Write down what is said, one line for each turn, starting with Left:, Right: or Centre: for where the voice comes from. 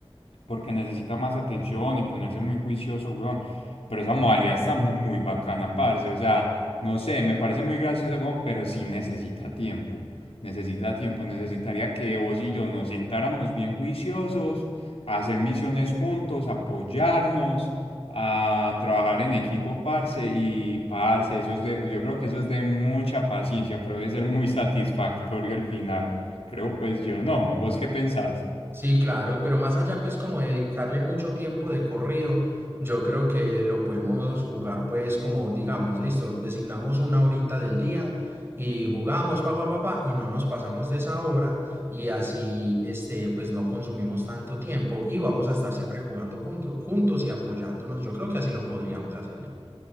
Left: porque necesita más atención y ponerse muy juicioso, weón. Pero esa modalidad está muy bacana, parce. O sea, no sé, me parece muy graciosa, weón, pero sí necesita tiempo. Necesita tiempo. Necesitaría que vos y yo nos sentáramos bien juiciosos, a hacer misiones juntos, apoyarnos, a trabajar en equipo, parce. Y, parce, eso es de, yo creo que eso es de mucha paciencia, pero debe ser muy <laughs> satisfactorio al final. Creo, pues yo no. ¿Vos qué pensás?
Right: Sí, claro, pero más allá, pues como dedicarle mucho tiempo de corrido, yo creo que lo podemos jugar, pues como digamos, listo, designamos una horita del día y jugamos, pa, pa, pa, pa, y no nos pasamos de esa hora y así, este, pues no consumimos tanto tiempo y vamos a estar siempre jugando junto- juntos y apoyándonos. Yo creo que así lo podríamos hacer.